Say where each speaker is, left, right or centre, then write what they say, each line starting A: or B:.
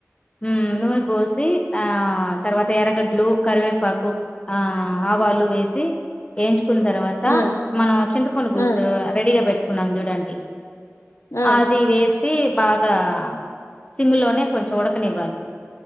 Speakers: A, on the left; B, on the left.
A: ఊ నూనె పోసి ఆ తర్వాత ఎర్రగడ్లు కరివేపాకు ఆ ఆవాలు వేసి వేయించు కున్న తర్వాత
B: హ్మ్
A: మనం చింతపండు బుల్సు
B: హ్మ్
A: రెడీగా బెట్ కున్నాం చూడండి
B: హ్మ్
A: అది వేస్ తీ బాగా సిమ్లోనే కొంచెం ఉడకనివ్వాలి